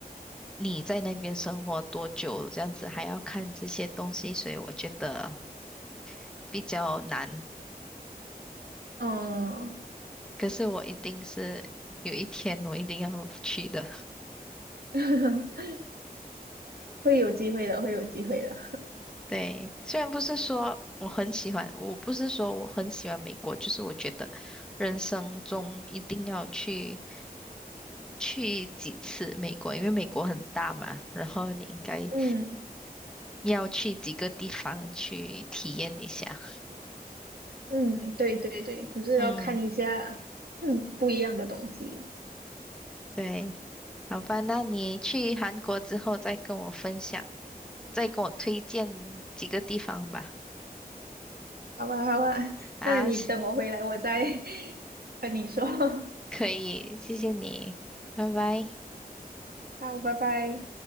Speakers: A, in the centre; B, on the right.
A: 你在那边生活多久，这样子还要看这些东西，所以我觉得比较难。
B: 嗯，
A: 可是我一定是有一天我一定要去的。
B: <laughs> 会有机会的，会有机会的。
A: 对，虽然不是说我很喜欢，我不是说我很喜欢美国，就是我觉得人生中一定要去去几次美国，因为美国很大嘛，然后你应该
B: 嗯
A: 要去几个地方去体验一下。
B: 嗯，对对对，就是要看一下
A: 嗯，
B: <coughs> 嗯不一样的东西。
A: 对，好吧，那你去韩国之后再跟我分享，再跟我推荐几个地方吧。
B: 好吧，好吧，
A: 啊，
B: 那你等我回来，我再 <laughs> 跟你说。<laughs>
A: 可以，谢谢你，拜拜。
B: 好，拜拜。